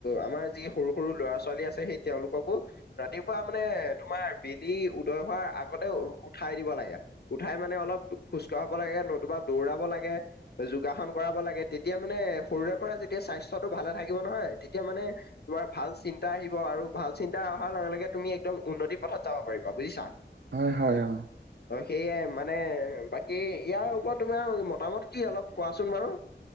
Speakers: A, on the left; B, on the right.
A: আমাৰ যি সৰু সৰু ল'ৰা ছোৱালী আছে, সেই তেওঁলোককো ৰাতিপুৱা মানে তোমাৰ বেলি উদয় হোৱাৰ আগতেই উ উঠাই দিব লাগে। উঠাই মানে অলপ খোজ কঢ়াব লাগে, নতুবা দৌৰাব লাগে। যোগাসন কৰাব লাগে, তেতিয়া মানে সৰুৰে পৰা যেতিয়া স্বাস্থ্যটো ভালে থাকিব নহয়, তেতিয়া মানে তোমাৰ ভাল চিন্তা আহিব আৰু ভাল চিন্তা অহাৰ লগে লগে তুমি একদম উন্নতি পথত যাব পাৰিবা। বুজিছা?
B: হয় হয় অ
A: অঁ সেয়াই মানে বাকী ইয়াৰ ওপৰত তোমাৰ মতামত কি অলপ কোৱাচোন বাৰু।